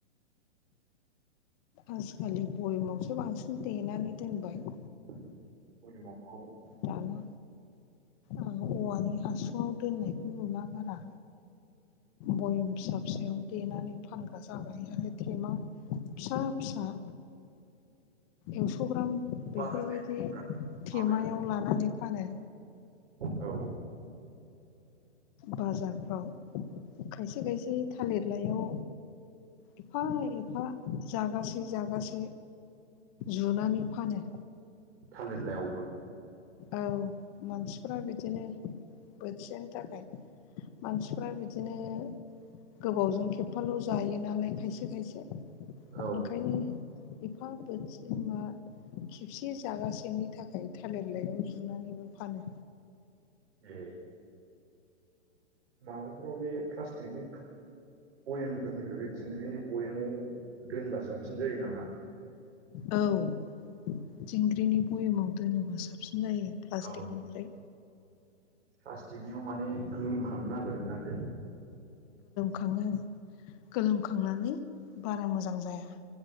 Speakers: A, on the left; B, on the right.
A: आजिखालि बयमावसो बांसिन देनानै दोनबाय।
B: <unintelligible>
A: दाना। आं औवानि हासुङाव दोननायखौ नुला बारा बयम फिसा फिसायाव देनानै फानग्रा जाबाय आरो थेमा फिसा फिसा एक्स' ग्राम
B: बारा
A: बेफोरबायदि
B: जायो
A: थेमायाव
B: माबायाव
A: लानानै फानो।
B: औ
A: बाजारफ्राव खायसे खायसे थालिर बिलाइयाव एफा एफा जागासे जागासे जुनानै फानो।
B: थालिरलायावबो?
A: औ मानसिफोरा बिदिनो बोथिसेनि थाखाय मानसिफ्रा बिदिनो गोबावजों खेबफाल' जायो नालाय खायसे खायसे
B: औ
A: ओंखायनो एफा बोथोसे मा खेबसे जागासेनि थाखाय थालेर बिलाइायाव जुनानैबो फानो।
B: ए माबाफ्राव बे प्लास्टिकनि थुखु बयेमफोरनिफ्राय बे दिंग्रिनि बयेमाव दोनबा साबसिन जायो नामा?
A: औ दिंग्रिनि बयेमाव दोनोबा साबसिन जायो प्लास्टिकनिफ्राय।
B: औ प्लास्टिकनियाव माने गोलोमखांनो नागिरोदांलै।
A: खाङो गोलोमखांनानै बारा मोजां जाया।